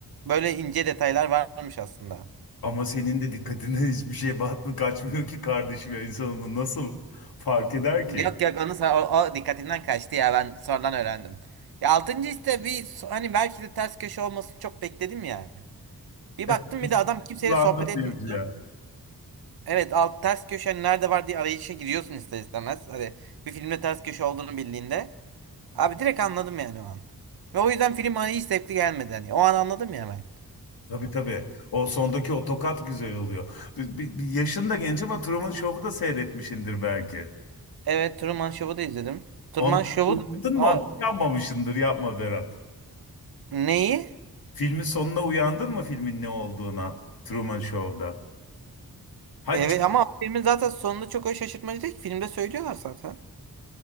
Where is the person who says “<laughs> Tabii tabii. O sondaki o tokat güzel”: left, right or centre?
Left